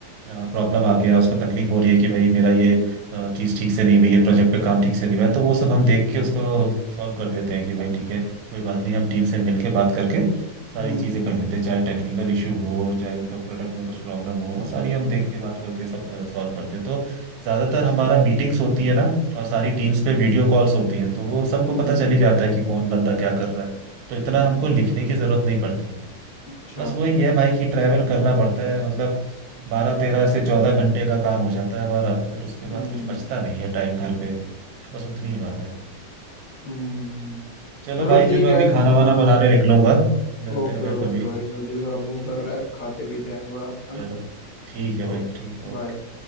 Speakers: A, on the right; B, on the left.
A: प्रॉब्लम आ गया उसको तकलीफ हो रही है कि भाई मेरा ये चीज ठीक से नहीं हुई है प्रोजेक्ट पे काम ठीक से नहीं हुआ है तो वो सब हम देख के उसको सॉल्व कर देते हैं कि भाई ठीक है कोई बात नहीं हम टीम से मिलके बात करके सारी
B: हम्म
A: चीजें कर लेते हैं चाहे टेक्निकल इशू हो चाहे उनका प्रोडक्ट में कुछ प्रॉब्लम हो वो सारी हम देख के बात करके सब सॉल्व करते हैं तो ज्यादातर
B: अच्छा
A: हमारा मीटिंग्स होती है ना और सारी टीम्स पे वीडियो कॉल्स होती हैं तो वो सबको
B: हम्म
A: पता चल ही जाता है कि कौन बंदा क्या कर रहा है तो इतना
B: हम्म
A: हमको लिखने की जरूरत नहीं पड़ती है
B: अच्छा
A: बस वही है भाई कि ट्रैवल करना पड़ता है मतलब बारह तेरह से चौदह घंटे का काम हो जाता है हमारा फिर उसके
B: हम्म
A: बाद कुछ बचता नहीं है टाइम घर पे बस उतनी ही बात है
B: हम्म
A: चलो
B: चलो
A: भाई
B: ठीक
A: फिर मैं
B: है
A: अभी
B: हाँ
A: खाना वाना बनाने निकलूंगा मिलते
B: ओके
A: हैं फिर
B: ओके
A: कभी
B: भाई मुझे भी थोड़ा
A: ठीक
B: भूख लग रहा
A: है
B: है खाते पीते हैं थोड़ा है
A: चलो
B: ना
A: ठीक है
B: Okay
A: भाई ठीक है ओके
B: bye